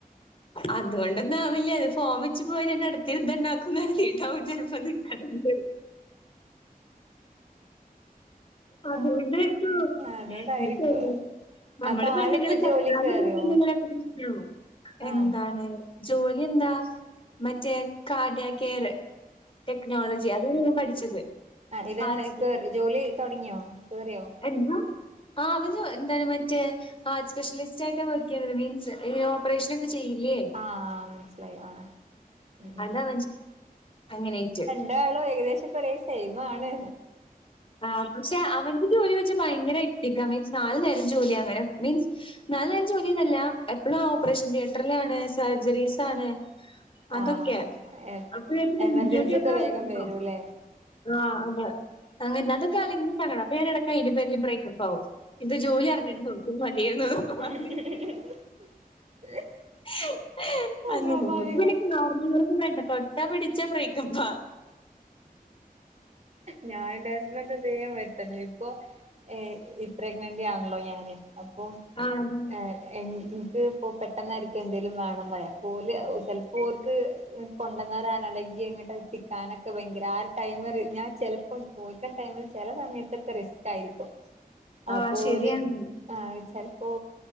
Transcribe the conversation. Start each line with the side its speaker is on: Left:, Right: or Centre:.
Left: അതുകൊണ്ടന്നാവില്ല അത് ഫോമ വെച്ച് പോയി അടുത്ത യുദ്ധം ഉണ്ടാക്കും. അങ്ങാര് <unintelligible> വിചാരം പോലെ കണ്ട് അതു
Right: ആ
Left: കൊണ്ടായിരിക്കും
Right: അതോണ്ടായിരിക്കും
Left: ഞ്ഞ് പ്പൊ ഇ നമ്മള്
Right: അപ്പൊ
Left: പെണ്ണുങ്ങള്
Right: ആളിപ്പോ
Left: <unintelligible>
Right: ജോലി കേറിയോ
Left: മൻസ്സിലാവും എന്താണ്
Right: ആഹ്
Left: ജോലി എന്താ മറ്റേ കാർഡിയ കെയർ ടെക്നോളജി അതാ ഞാൻ പഠിച്ചത്.
Right: ആ ഇതന്നെ
Left: ഹാർട്സ്
Right: കേറി ജോലി തുടങ്ങിയോ കേറിയോ.
Left: എന്താ ആ അവന് ജൊ എന്താണ് മറ്റേ ആഹ സ്പെ്യലിസ്റ്റ് ആയിട്ട് വർക്ക് ചെയ്യുന്നത് മീൻസ് ഈ ഓപ്പറേഷന ഒക്കെ ചെയ്യില്ലേ
Right: ആഹ് മനസ്സിലായി ആഹ് ഉം
Left: ആഹ്
Right: ഉം
Left: <unintelligible> അങ്ങനൊയിറ്റ്
Right: എന്ത ആളോ ഏകദേശം ഒരേ സെയ്മാണ്.
Left: ആ പക്ഷെ അവന്റെ ജോലി വെച്ച് ഭയങ്കര എത്തിക്ക മീൻസ് നാലു നേരം ജോലി അങ്ങനെ മീൻസ് <unintelligible> ജോലിൽ അല്ല എപ്പോഴും ഓപ്പറേഷൻ തിയേറ്ററിലാണ് സർജറീസ് ആണ്. അതൊക്കെ
Right: ആഹ്
Left: അപ്പൊ ഇതി
Right: എമർജൻസി
Left: ഡ്യൂട്ടിയ ഒക്കെ
Right: വേഗം
Left: വണോ.
Right: വരൂല്ലേ
Left: ആഹ് അതെ അങ്ങനെ അതൊക്കെ അപ്പോ ഞാൻ ഇടക്കാ അതിന്റെ പേരിൽ ബ്രേക്കപ്പ് ആകും. ഇത് ജോലി അറിഞ്ഞിട്ട് നോക്കി മതിയായിരുന്നു.
Right: <inaudible>
Left: പറഞ്ഞിട്ട്. <unintelligible>
Right: സ്വാഭാവികം
Left: നോർമൽ ന്നും വേണ്ട തൊട്ട പിടിച്ച ബ്രേക്കപ്പാ
Right: ഞാൻ ന്റെ ഹസ്ബൻഡ് ഇതേ മാതിരി തന്നെ ഇപ്പോ ഏഹ് പ്രഗ്നന്റ് ആണല്ലോ ഞാൻ അപ്പോ
Left: ആഹ് അതെ.
Right: ഏഹ് എനിക്ക് ഇപ്പോ പെട്ടെന്നായിരിക്കും എന്തേങ്കലും വേണം പറയാ പോല് ചിലപ്പോൾർക്ക് കൊണ്ടുന്നരാൻ അല്ലെങ്കിൽ ഇങ്ങട്ട് എത്തിക്കാനൊക്കെ ഒക്കെ ഭയങ്കര ആ ഒരു ടൈമ ഞാൻ ചിലപ്പോൾ ചോദിക്കുന്ന ടൈമിൽ ചില സമയത്തൊക്കെ റിസ്ക്കാ യിരിക്കും.
Left: <inaudible>
Right: അപ്പോ
Left: ശരിയാണ്.
Right: ഓല് ആ ചിലപ്പോ